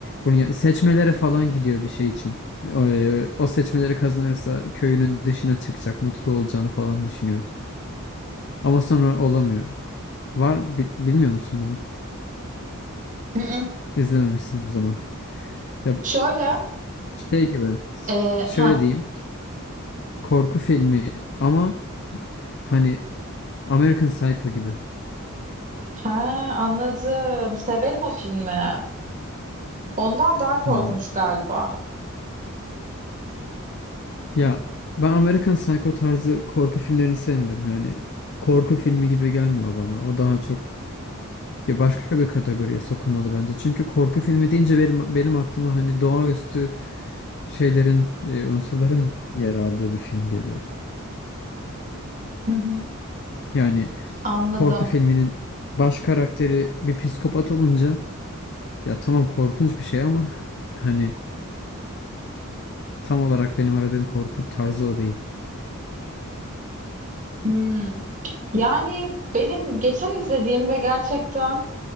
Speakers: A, on the left; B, on the right.
A: Bunu ya- seçmelere falan gidiyor bir şey için. Ee, O seçmeleri kazanırsa köyünün dışına çıkacak, mutlu olacağını falan düşünüyor. Ama sonra olamıyor. Var bi- bilmiyor musun bunu?
B: Hı hı.
A: İzlememişsin o zaman. Ya
B: Şöyle
A: şey gibi
B: e,
A: şöyle
B: ha
A: diyeyim. korku filmi ama hani American Psycho gibi.
B: ha anladım. Severim o filmi. Ondan daha korkunç
A: Hmm.
B: galiba.
A: Ya ben American Psycho tarzı korku filmlerini sevmiyorum. Yani korku filmi gibi gelmiyor bana. O daha çok ya başka bir kategoriye sokulmalı bence. Çünkü korku filmi deyince benim benim aklıma hani doğaüstü şeylerin, e, unsurların yer aldığı bir film geliyor.
B: Hı hı,
A: Yani
B: anladım.
A: korku filminin baş karakteri bir psikopat olunca ya tamam korkunç bir şey ama <laughs> hani tam olarak benim aradığım korku tarzı o değil.
B: Hmm. Yani benim geçen izlediğim ve gerçekten